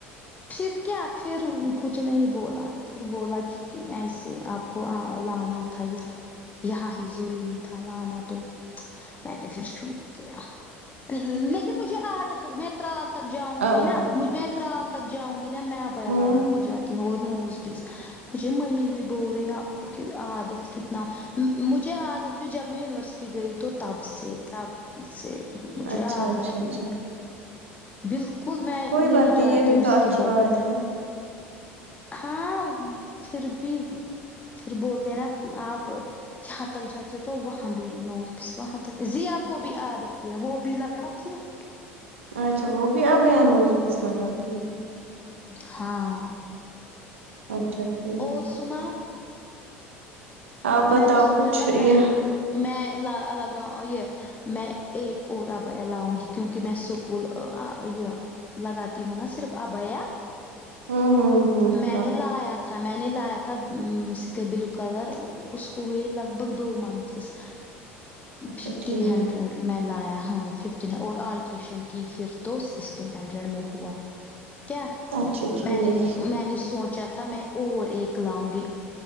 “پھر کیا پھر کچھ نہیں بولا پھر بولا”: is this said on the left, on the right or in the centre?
Left